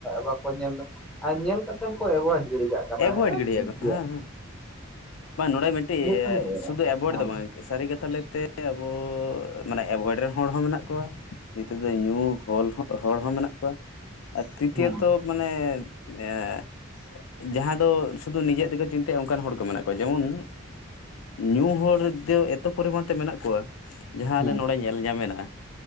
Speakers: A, in the centre; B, on the left.
A: ᱵᱟᱠᱚ ᱧᱮᱞᱫᱟ ᱟᱨ ᱧᱮᱞ ᱠᱟᱛᱮ ᱱᱤᱛᱟᱝ ᱠᱚ ᱮᱵᱷᱚᱭᱮᱰ ᱜᱤᱰᱤ ᱠᱟᱜ ᱠᱟᱱᱟ
B: ᱮᱵᱷᱚᱭᱮᱰ
A: ᱦᱮᱸ
B: ᱜᱤᱰᱤᱭᱟᱠᱚ
A: ᱴᱷᱤᱠ ᱜᱮᱭᱟ
B: ᱦᱮᱸ
A: ᱾
B: ᱦᱮᱸ ᱵᱟᱝ ᱱᱚᱰᱮ ᱢᱤᱫᱴᱤ
A: ᱠᱟᱱᱟ ᱦᱮᱸ
B: ᱥᱩᱫᱩ ᱮᱵᱚᱭᱮᱰ
A: ᱦᱮᱸ
B: ᱫᱚ ᱵᱟᱝ ᱥᱟᱹᱨᱤ ᱠᱟᱛᱷᱟ ᱞᱟᱹᱭᱛᱮ ᱟᱵᱚ ᱢᱟᱱᱮ ᱮᱵᱷᱚᱭᱮᱰ ᱨᱮᱱ ᱦᱚᱲ ᱦᱚᱸ ᱢᱮᱱᱟᱜ ᱠᱚᱣᱟ ᱱᱤᱛᱚᱜ ᱫᱚ ᱧᱩ <unintelligible> ᱦᱚᱲ ᱦᱚᱸ ᱢᱮᱱᱟᱜ ᱠᱚᱣᱟ ᱟᱨ ᱛᱨᱤᱛᱤᱭᱚ
A: ᱦᱮᱸ
B: ᱛᱚ ᱢᱟᱱᱮ ᱮᱸ ᱡᱟᱦᱟᱸ ᱫᱚ ᱥᱩᱫᱷᱩ ᱱᱤᱡᱮᱨ ᱛᱮᱠᱚ ᱪᱤᱱᱛᱟᱹᱭᱟ ᱚᱱᱠᱟᱱ ᱦᱚᱲ ᱠᱚ ᱢᱮᱱᱟᱜ ᱠᱚᱣᱟ ᱡᱮᱢᱚᱱ ᱧᱩ ᱦᱚᱲ ᱫᱚ ᱮᱛᱚ ᱯᱚᱨᱤᱢᱟᱱ ᱛᱮ ᱢᱮᱱᱟᱜ ᱠᱚᱣᱟ ᱡᱟᱦᱟᱸ
A: ᱦᱮᱸ
B: ᱟᱞᱮ ᱱᱚᱰᱮ ᱧᱮᱞ ᱧᱟᱢᱮᱱᱟ